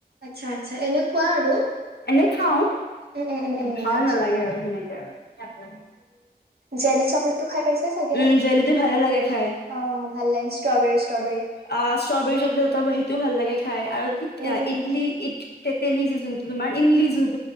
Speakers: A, on the right; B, on the left.
A: আচ্ছা আচ্ছা এনে খোৱা আৰু।
B: এনে খাওঁ।
A: উম উম উম
B: ভাল
A: উম আচ্ছা
B: নালাগে আৰু সেনেকে আৰু।
A: Jelly chocolate. খাই পাইছা চাগে,
B: উম জেলটো ভালে লাগে খাই
A: অ', ভাল লাগে ষ্ট্ৰবেৰী ষ্ট্ৰবেৰী।
B: অ' ষ্ট্ৰবেৰী চকলেট এটা ম সেইটোও ভাল লাগে খাই আৰু
A: উম উম
B: ইডলি ই। তেতেলি যে যোনটো তোমাৰ ইমলি যোনটো